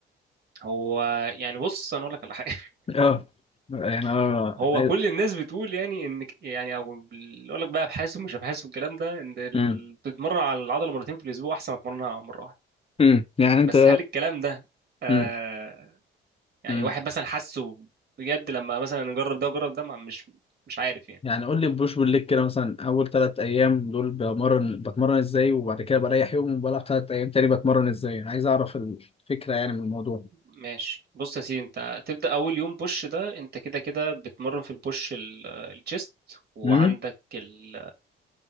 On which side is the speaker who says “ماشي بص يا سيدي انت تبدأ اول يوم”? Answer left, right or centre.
Right